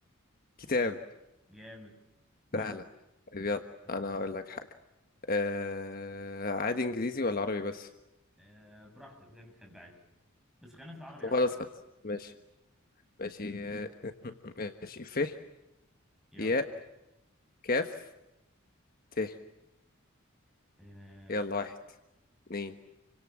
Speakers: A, on the left (about 45°); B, in the centre.
A: كتاب
B: يلا جامد جامد
A: سهلة طيب يلا
B: يا باشا
A: أنا هقول لك حاجة آه... عادي إنجليزي ولا عربي بس
B: آه براحتك زي ما تحب عادي بس خلينا في العربي
A: طب
B: احسن
A: خلاص خلاص ماشي ماشي آه، <laughs> ماشي ف
B: يلا
A: ياء كاف ت
B: آه...
A: يلا واحد اتنين